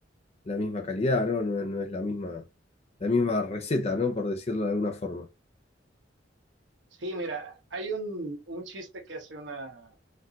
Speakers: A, on the left; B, on the right.
A: la misma calidad, ¿no? No, no es la misma, la misma receta, ¿no? Por decirlo de alguna forma.
B: Sí, mira, hay un, un chiste que hace una,